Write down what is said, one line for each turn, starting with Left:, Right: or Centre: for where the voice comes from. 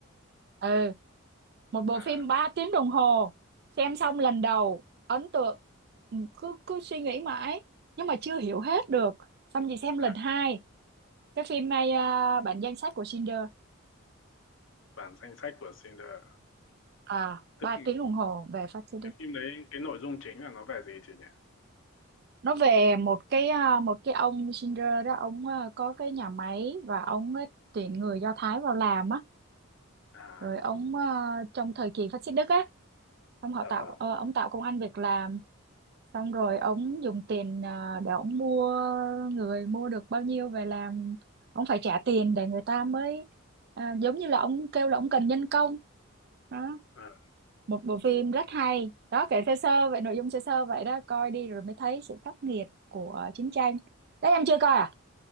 Right: ừ một bộ
Left: à,
Right: phim 3 tiếng đồng hồ xem xong lần đầu ấn tượng Ừ, cứ cứ suy nghĩ mãi nhưng mà chưa hiểu hết được xong chị xem lần
Left: à
Right: hai cái phim này à, bản danh sách của Schindler
Left: bản danh sách của Schindler
Right: à
Left: tức
Right: 3 tiếng đồng hồ về phát xít đi
Left: cái phim đấy cái nội dung chính là nó về gì chị nhỉ
Right: nó về một cái à, một cái ông Schindler đó ông à, có cái nhà máy và ông ấy tuyển người Do Thái vào làm á
Left: à
Right: rồi ông à, trong thời kỳ phát xít Đức á ông họ
Left: dạ
Right: tạo
Left: vâng
Right: ờ, ông tạo công ăn việc làm xong rồi ông dùng tiền ờ, để ông mua người mua được bao nhiêu về làm ông phải trả tiền để người ta mới à, giống như là ông kêu là ông cần nhân công đó
Left: à,
Right: một bộ phim rất hay đó kể sơ sơ vậy nội dung sơ sơ vậy đó coi đi rồi mới thấy sự khắc nghiệt của chiến tranh đấy em chưa coi à,